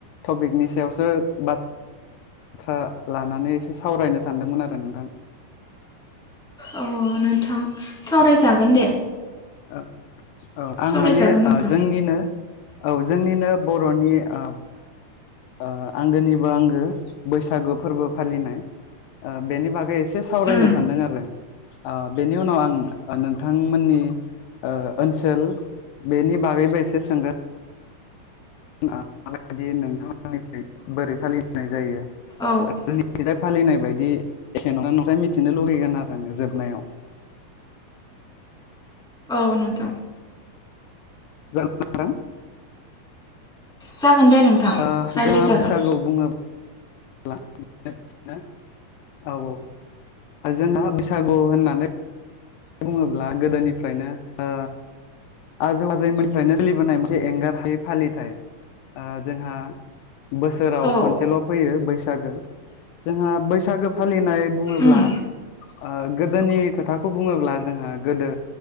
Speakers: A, on the left; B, in the centre.
A: टपिकनि सायावसो बा थ्रा लानानै एसे सावरायनो सानदोंमोन आरो नोंथां।
B: अ नोंथां सावरायजागोन दे।
A: औ औ आं
B: सावरायजागोन
A: माने
B: नोंथां
A: ओ जोंनिनो औ जोंनिनो बर'नि औ। ओ आंगोनिबो आंगो बैसागु फोरबो फालिनाय ओ बेनि बागै एसे एसे सावरायनो
B: उम
A: सानदों आरो आ बेनि उनाव आं नोंथांमोननि ओ ओनसोल बेनि बागैबो एसे सोंगोन। मा बादि नोंथांमोननिथिं बोरै फालिनाय जायो।
B: औ।
A: जोंनिखिजाय फालिनाय बायदि जेनबा नोथ' मिथिनो लुगैगोन आरो आङो जोबनायाव। <unintelligible>
B: औ नोंथां।
A: जोबनायाव
B: जागोन दे नोंथां
A: ओ
B: रायलायजागोन
A: जोंहा बैसागु बुङो ब्ला <unintelligible> औ औ आरो जोंहा बैसागु होननानै बुङोब्ला गोदोनिफ्रायनो ओ आजौ आजौमोननिफ्रायनो सोलिबोनाय मोनसे एंगार हायै फालिथाय ओ जोंहा बोसोराव
B: औ
A: खनसेल' फैयो बै सागो जोंहा बैसागो फालिनाय बुङोब्ला
B: उम
A: ओ गोदोनि खोथाखौ बुङोब्ला जोंहा गोदो